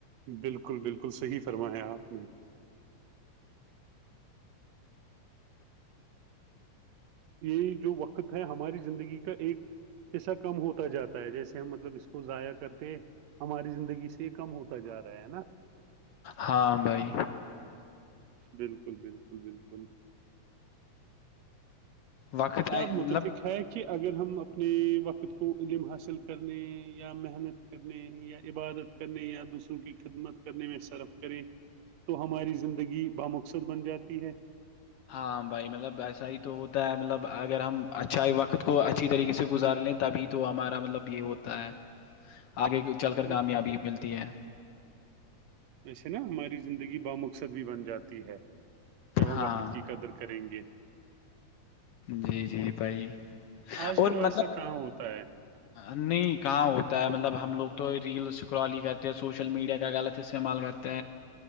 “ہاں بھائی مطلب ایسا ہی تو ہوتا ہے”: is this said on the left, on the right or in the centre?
Left